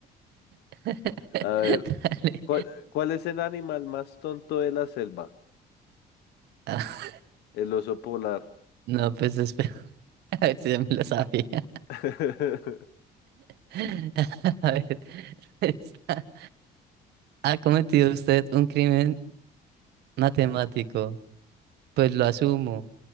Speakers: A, on the right; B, on the left.
A: <laughs>
B: A ver,
A: Dale.
B: ¿cuál, cuál es el animal más tonto de la selva?
A: Ah,
B: El oso polar.
A: no, pues espera, <laughs> a ver si ya me lo sabía.
B: <laughs>
A: <laughs> A ver, <laughs> está. ¿Ha cometido usted un crimen matemático? pues lo asumo,